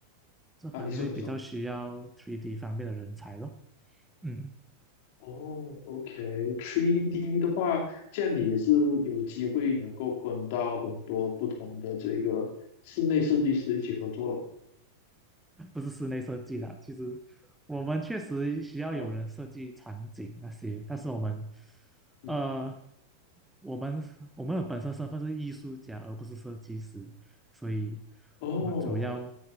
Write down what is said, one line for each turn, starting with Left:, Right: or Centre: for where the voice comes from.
Centre: 这方面会比较需要三
Left: 啊？你说，你说。
Centre: d 方面的人才咯。嗯，
Left: 哦，OK，3D 的话，这样你也是有机会能够跟到很多不同的这个室内设计师一起合作了。
Centre: 不是室内设计啦，其实我们确实需要有人设计场景那些，
Left: 嗯
Centre: 但是我们
Left: 嗯，
Centre: 呃，我们我们的本身身份是艺术家，而不是设计师，所以
Left: 哦，
Centre: 我们主要